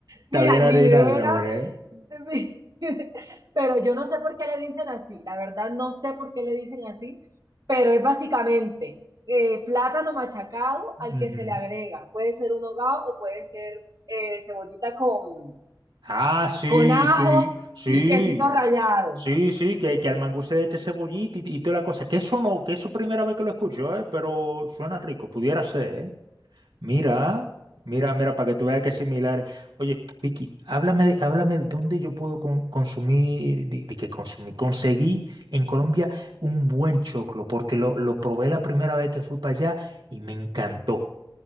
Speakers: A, on the right (about 75°); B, on the right (about 55°).
A: Está
B: Mira,
A: bien
B: ni
A: original
B: idea.
A: el nombre, ¿eh?
B: de mi- <laughs> Pero yo no sé por qué le dicen así, la verdad no sé por qué le dicen así, pero es básicamente eh, plátano machacado al
A: Ujú.
B: que se le agrega. Puede ser un hogao o puede ser eh, cebollita con,
A: Ah, sí,
B: con ajo
A: sí, sí.
B: y quesito rallado.
A: Sí, sí, que, que al mangú se le eche cebollita y, y toda la cosa. Que eso no, que eso primera vez que lo escucho, ¿eh? Pero suena rico, pudiera ser, ¿eh? Mira, mira, mira, para que tú veas que es similar. Oye, Vicky, háblame, de- háblame dónde yo puedo con- consumir, de, de que consumí, conseguí en Colombia un buen choclo, porque lo, lo probé la primera vez que fui para allá y me encantó,